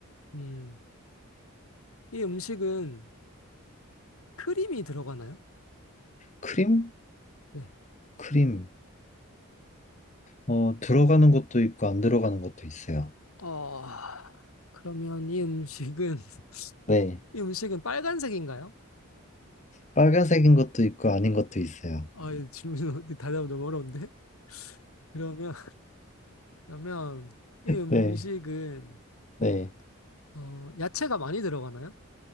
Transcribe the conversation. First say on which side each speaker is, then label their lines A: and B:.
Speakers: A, on the left; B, on the left.
A: 음, 이 음식은 크림이 들어가나요?
B: 크림?
A: 네.
B: 크림, 어, 들어가는 것도 있고 안 들어가는 것도 있어요.
A: 어, 그러면 이 음식은, <laughs>
B: 네,
A: 이 음식은 빨간색인가요?
B: 빨간색인 것도 있고 아닌 것도 있어요.
A: 아, 이 질문, <laughs> 대답 너무 어려운데? <laughs> 그러면, 그러면 이 음식은,
B: 네, 네.
A: 어, 야채가 많이 들어가나요?